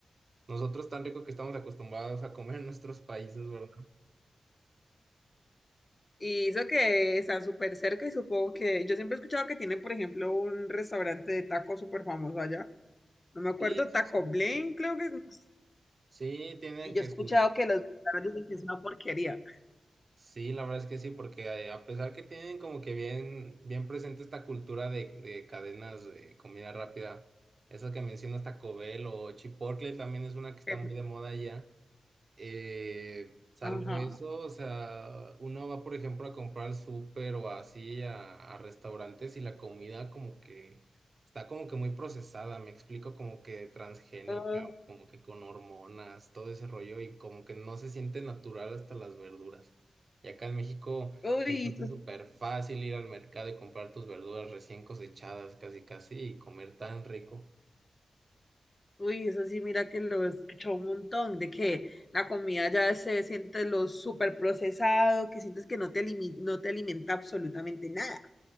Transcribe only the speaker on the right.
nosotros tan rico que estamos acostumbrados a comer en nuestros países, ¿verdad?
Sí, sí,
sí.
Sí, tienen
que
su,
Sí, la verdad es que sí, porque eh, a pesar que tienen como que bien, bien presente esta cultura de, de cadenas de comida rápida, esa que mencionas Taco Bell o Chipotle también es una que está
muy de moda allá. Eh, salvo
eso, o sea, uno va, por ejemplo, a comprar al súper o así a, a restaurantes y la comida como que está como que muy procesada, me explico, como que transgénica,
como que con hormonas, todo ese rollo y como que no se siente natural hasta las verduras. Y acá en México
es
súper fácil ir al mercado y comprar tus verduras recién cosechadas, casi casi, y comer tan rico.